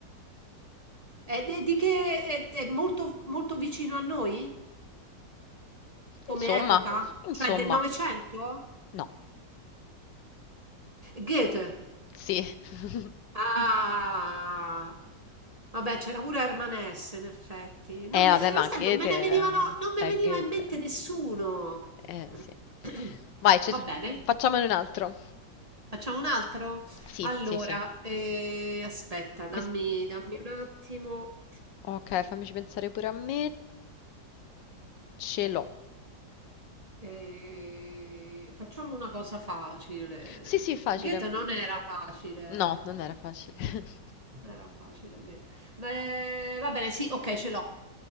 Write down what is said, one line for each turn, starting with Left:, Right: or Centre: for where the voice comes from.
Right: è di, di che è, è molto, molto vicino a noi come
Left: Insomma,
Right: epoca?
Left: insomma,
Right: Cioè del Novecento?
Left: no,
Right: Goethe.
Left: sì. <laughs>
Right: Ah! Vabbè, c'era pure Herman S, in effetti. Non
Left: Eh,
Right: me-
Left: vabbè,
Right: eh,
Left: ma
Right: lo sai,
Left: Goethe
Right: non me ne
Left: eh,
Right: venivano, non mi
Left: è
Right: veniva
Left: Goethe.
Right: in mente nessuno.
Left: Eh,
Right: <clears throat>
Left: sì. Vai, ce-
Right: Va bene,
Left: facciamone un altro.
Right: facciamo un altro?
Left: Sì,
Right: Allora,
Left: sì, sì.
Right: eh, aspetta, dammi,
Left: Quest-
Right: dammi un attimo.
Left: ok, fammici pensare pure a me. Ce l'ho.
Right: Eh, facciamo una cosa facile.
Left: Sì, sì, facile.
Right: Goethe non era facile,
Left: No,
Right: eh.
Left: non era facile. <laughs>
Right: Era facile, Goethe. Beh, va bene, sì, ok, ce l'ho.